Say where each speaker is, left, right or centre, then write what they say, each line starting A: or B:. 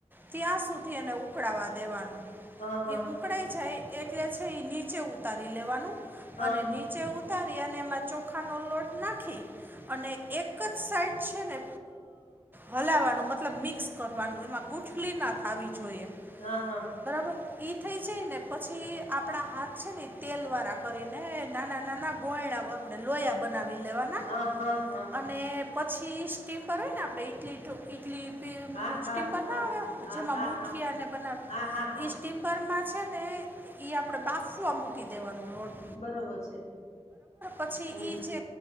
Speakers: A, on the right; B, on the left.
A: ત્યાં સુધી એને ઉકળાવવા દેવાનું.
B: હા, હા.
A: પકડા જાય એટલે છે, એ નીચે ઉતારી લેવાનું,
B: હા
A: અને નીચે ઉતારી અને એમાં ચોખાનો લોટ નાખી, અને એક જ સાઈડ છે ને. હલાવાનું, મતલબ મિક્સ કરવાનું, કારણ એમાં ગુટલી ના થવી જોઈએ
B: હા
A: બરાબર. એ થઈ જાય ને, પછી આપણા હાથ છે ને, તેલવાળા કરીને નાના-નાના ગોયણા વ આપણે લોયા બનાવી લેવાના,
B: હા હા હા
A: અને પછી સ્ટીમ પર હોય ને, આપણે ઇડલી ઢ ઇડલી ટીમ
B: હા
A: નું
B: હા હા
A: સ્ટીમ બનાવ્યો,
B: હા હા હા
A: જેમાં
B: હા
A: મુઠિયાને
B: હા
A: બનાવ
B: હા હા હા
A: ઈ. ટિમ્બરમાં છે ને, ઈ આપણેે બાફુવા મૂકી દેવાનો લોટ.
B: બરોબર છે.
A: પછી
B: હમ
A: એ જે